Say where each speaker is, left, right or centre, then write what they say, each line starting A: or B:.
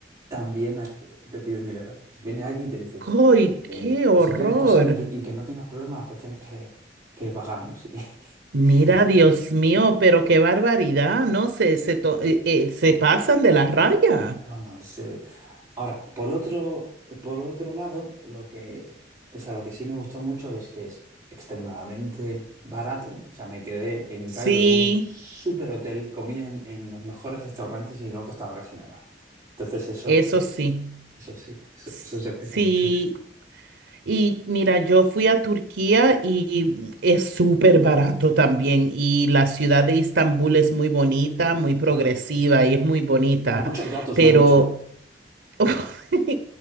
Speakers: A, on the right; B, on the right.
A: también ahí te, te piden dinero. Si viene alguien y te dice,
B: ¡Ay,
A: eh,
B: qué horror!
A: si quieres pasar y que, y que no tengas problemas, pues tienes que, que pagarnos. <laughs>
B: Mira,
A: Y,
B: Dios mío, pero qué barbaridad, ¿no? Se, se, to- eh, eh, se pasan de la raya.
A: No, no, es. eh, Ahora, por otro, por otro lado, lo que, o sea, lo que sí me gustó mucho es que es extremadamente barato. O sea, me quedé en
B: Sí,
A: Cairo en un super hotel, comía en, en los mejores restaurantes y no costaba casi nada. Entonces, eso,
B: eso
A: eso,
B: sí.
A: eso sí, eso,
B: S-
A: eso se aprecia
B: Sí,
A: mucho.
B: Y mira, yo fui a Turquía y es súper barato también. Y la ciudad de Estambul es muy bonita, muy progresiva
A: Ya.
B: y es muy bonita.
A: Hay muchos gatos,
B: Pero
A: me han dicho, ¿no?
B: <laughs>